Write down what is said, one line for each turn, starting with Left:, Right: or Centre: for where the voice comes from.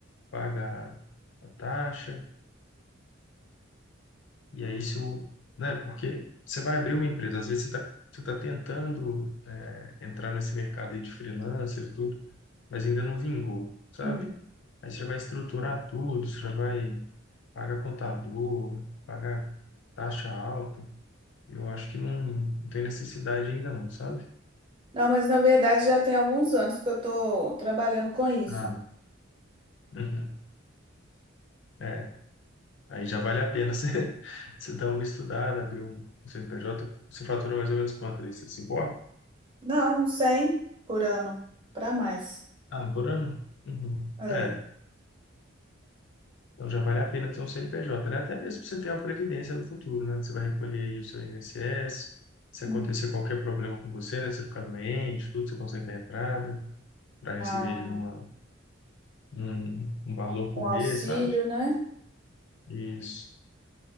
Left: paga a taxa, e aí se o, né? Porque você vai abrir uma empresa, às vezes você está você tá tentando é, entrar nesse mercado aí de freelancer e tudo, mas ainda não vingou, sabe?
Right: Hum.
Left: Aí você vai estruturar tudo, você vai pagar contador, pagar taxa alta. Eu acho que não, não tem necessidade ainda não, sabe?
Right: Não, mas na verdade já tem alguns anos que eu tô trabalhando com isso.
Left: Ah, uhum. É, Aí já vale a pena você, <laughs> você dar uma estudada, abrir um CNPJ. Você fatura mais ou menos quanto ali? Você se importa?
Right: Não, uns 100 por ano, para mais.
Left: Ah, por ano? Uhum.
Right: É.
Left: É, então já vale a pena ter um CNPJ, né? Até mesmo pra você ter uma previdência no futuro, né? Você vai recolher aí o seu INSS. Se
Right: Hum.
Left: acontecer qualquer problema com você, né? Você ficar doente, tudo, você consegue dar entrada para
Right: Ah,
Left: receber ali uma, um, um valor por
Right: um auxílio,
Left: mês, sabe?
Right: né?
Left: Isso.